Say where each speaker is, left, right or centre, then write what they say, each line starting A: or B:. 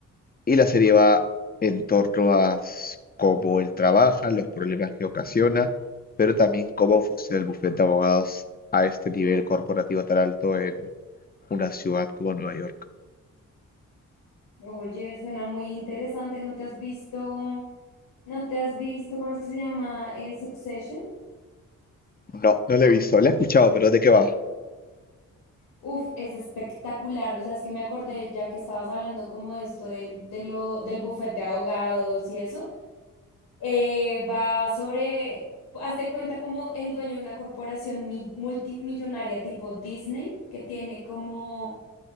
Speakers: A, on the left (about 25°); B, on the left (about 85°).
A: Y la serie va en torno a s- cómo él trabaja, los problemas que ocasiona, pero también cómo funciona el bufete de abogados a este nivel corporativo tan alto en una ciudad como Nueva York.
B: Oye, suena muy interesante. ¿No te has visto, no te has visto, cómo es que se llama? Eh, Succession.
A: No, no la he visto. La he escuchado, pero ¿de qué va?
B: Uf, es espectacular. O sea, es que me acordé ya que estabas hablando como de esto del, de lo, del bufete de abogados y eso. Eh, va sobre, haz de cuenta como el dueño de una corporación mi- multimillonaria tipo Disney, que tiene como